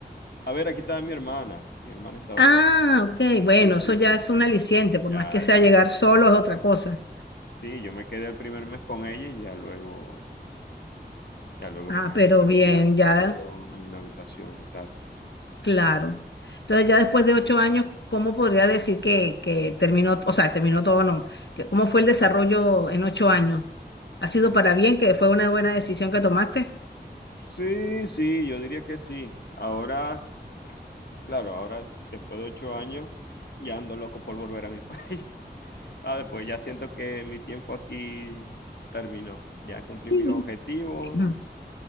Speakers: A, on the left (about 70°); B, on the left (about 80°).
A: A ver, aquí estaba mi hermana. Mi hermana estaba
B: Ah,
A: aquí.
B: ok, bueno,
A: Sí, sí,
B: eso ya
A: sí,
B: es
A: sí.
B: un aliciente, por
A: Ya,
B: más que sea
A: ya.
B: llegar solo es otra cosa.
A: Sí, yo me quedé el primer mes con ella y ya luego, ya luego
B: Ah,
A: fui,
B: pero
A: me
B: bien,
A: fui alquilado
B: ya,
A: a una habitación y tal.
B: claro. Entonces ya después de ocho años, ¿cómo podría decir que, que terminó, o sea, terminó todo o no? Que- ¿Cómo fue el desarrollo en ocho años? ¿Ha sido para bien, que fue una buena decisión que tomaste?
A: Sí, sí, yo diría que sí. Ahora, claro, ahora después de ocho años, ya ando loco por volver a mi <laughs> país. Ah, después ya siento que mi tiempo aquí terminó. Ya cumplí
B: Sí.
A: mis objetivos,
B: Mm,